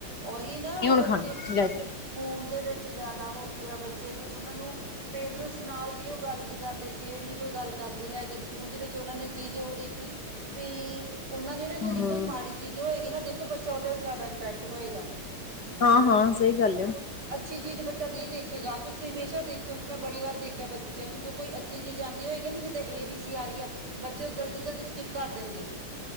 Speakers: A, on the right; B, on the left.
A: ਉਹੀ ਨਾ
B: ਨੀ ਹੁਣ
A: ਬੱਚੇ
B: ਖਾਣੀ ਲੈ
A: ਫੋਨ ਦੇ ਵਿੱਚ ਜ਼ਿਆਦਾ ਹੋ ਗਏ ਬੱਚੇ ਨੇ ਉਹਨਾਂ ਨੂੰ ਪੇਰੈਂਟਸ ਨਾਲ ਵੀ ਉਹ ਗੱਲ ਨੀ ਕਰਦੇ ਸ਼ੇਅਰ ਨੀ ਕੋਈ ਗੱਲ ਕਰਦੇ ਹੈਗੇ ਫੋਨ ਦੇ ਵਿੱਚ ਉਹਨਾਂ ਨੇ ਕੀ ਜੋ ਉਹ ਦੇਖਣੀ ਵੀ ਉਹਨਾਂ ਨੇ ਨਾ ਜਿਹੜੀ
B: ਹੂੰ,
A: ਕੋਈ ਮਾੜੀ ਚੀਜ਼ ਉਹ <unintelligible> ਤੋਂ ਬੱਚਾ ਉਹਦੇ ਨਾਲ ਜ਼ਿਆਦਾ ਇੰਟੈਕਟ ਹੋਏਗਾ
B: ਹਾਂ ਹਾਂ ਸਹੀ ਗੱਲ ਆ
A: ਅੱਛੀ ਚੀਜ਼ ਬੱਚਾ ਨਹੀਂ ਦੇਖੇਗਾ ਤੁਸੀਂ ਹਮੇਸ਼ਾ ਦੇਖਿਓ ਮੈਂ ਬੜੀ ਵਾਰ ਦੇਖਿਆ ਬੱਚਿਆਂ ਨੂੰ ਜੋ ਕੋਈ ਅੱਛੀ ਚੀਜ਼ ਆਉਂਦੀ ਹੋਏਗੀ ਨਾ ਜਿੱਦਾਂ ਏ ਬੀ ਸੀ ਆ ਰਹੀ ਹੈ ਬੱਚੇ ਤੇ ਜਲਦੀ ਜਲਦੀ ਸਕਿਪ ਕਰ ਦੇਣਗੇ।